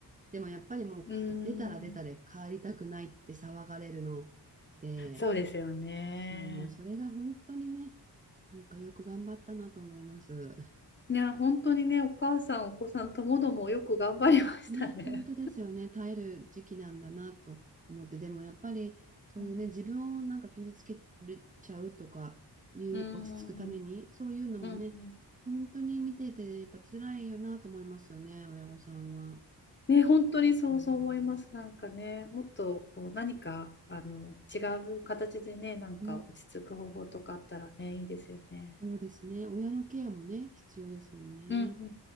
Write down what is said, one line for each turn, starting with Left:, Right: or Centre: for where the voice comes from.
Right: でもやっぱりもうか出たら出たで帰りたくないって騒がれるので、
Left: うん。そうですよね。
Right: そう、もうそれが本当にね、なんかよく頑張ったなと思います。
Left: いや、本当にね、お母さん、お子さんともどもよく頑張りましたね。
Right: ね、本当ですよね。耐える時期なんだなと思って、でもやっぱりそういうね、
Left: うん、
Right: 自分をなんか傷つけるちゃうとかいう、
Left: うん、
Right: 落ち着くために、
Left: うん、
Right: そういうのもね、
Left: うん
Right: 本当に見ててやっぱ辛いよなと思いますよね、親御さんは。
Left: ね、本当にそうそう思います。
Right: うん、
Left: なんかね、もっとこう何かあの違う形でね、なんか落ち着く方法とかあったらね、
Right: うん
Left: いいですよね。
Right: そうですね。親のケアもね、必要ですもんね。
Left: うんうん。